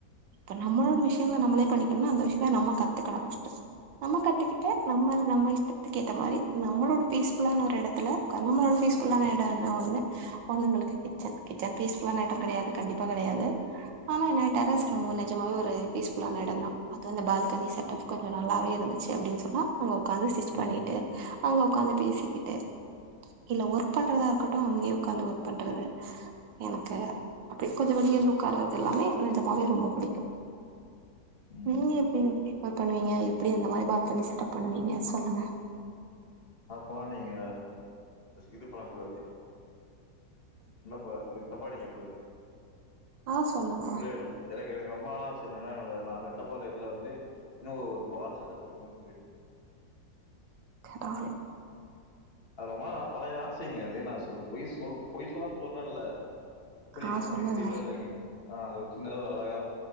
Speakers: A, on the right; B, on the left.
A: இப்ப நம்மளோ விஷயங்கள நம்மளே பண்ணிக்கனுனா அந்த விஷயத்த நம்ம கத்துக்கனு நம்ம கத்துக்கிட்டு நம்ம நம்ம இஷ்டத்துக்கு ஏத்த மாரி நம்மளோட பீஸ்ஃபுல்லான ஒரு எடத்ல நம்மளோட பீஸ்புல்லான எடோ இல்ல ஒன்னு பொண்ணுங்களுக்கு க கிச்சன் பீஸ் ஃபுல்லான எடோ கெடயாது கண்டிப்பா கெடயாது ஆனா என்னா டெரஸ்
B: ம்
A: நிஜமாவே ஒரு பீஸ்ஃபுல்லா எடந்தா அது வந்து பால்கனி செட்டப் கொஞ்ச நல்லாவே இருந்துச்சு அப்டின் சொன்னா அங்க ஒக்காந்து ஸ்டிச்
B: ம்
A: பண்ணிட்டு அங்க ஒக்காந்து பேசிக்கிட்டு இல்ல ஒர்க் பண்றதா இருக்கட்டு அங்கயே ஒக்காந்து ஒர்க் பண்றது எனக்கு அப்டி கொஞ்ச வெளிய வந்து ஒக்காறது எல்லாமே நெஜமாவே ரொம்ப பிடிக்கு
B: ம்
A: நீங்க எப்டி பண்ணுவீங்க எப்டி அந்த மாரி பால்கனி செட்டப் பண்ணுவீங்க சொல்லுங்க
B: அப்பலா நீங்க இது பண்ண கூடாது என்னப்பா எது தப்பா நெனக்க கூடாது
A: ஆ சொல்லுங்க
B: அப்பிள்ள இல்ல எனக்கு எனக்கு ரொம்ப நாளா ஆச என்னனா நா கட்டப்போற இதுல வந்து இன்னு ஒரு பால் செட்டப் இருக்குன்னு சொல்லி
A: டானு
B: அது ரொம்ப நா பழைய ஆசைங்க அது நா சொ பொய் சொ பொய் சொல்லாம சொல்றேன்ல அப்டி
A: ஆ
B: இது பண்ணி
A: சொல்லுங்க
B: இப்டி இல்லா இல்லங்க ஆ அத ஒரு சின்னத ஒரு அழகா